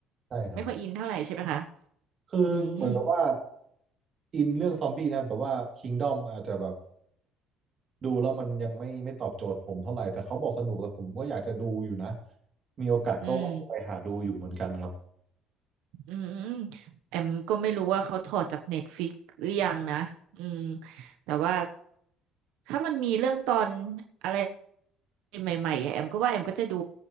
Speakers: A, on the right; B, on the right.
A: ใช่ครับ
B: ไม่ค่อยอินเท่าไหร่ใช่ไหมคะ
A: คือเหมือนกับว่า
B: อืม
A: อินเรื่องซอมบี้นะแต่ว่า Kingdom อาจจะแบบ ดูแล้วมันยังไม่ไม่ตอบโจทย์ผมเท่าไหร่แต่เขาบอกสนุกแต่ผมก็อยากจะดูอยู่นะมีโอกาสก็ว่าจะไปหาดูอยู่เหมือนกันครับ
B: อืม อืมแอมก็ไม่รู้ว่าเขาถอดจากเน็ตฟิกหรือยังนะอืมแต่ว่าถ้ามันมีเรื่องตอนอะไรใหม่ๆอะแอมก็ว่าแอมก็จะดู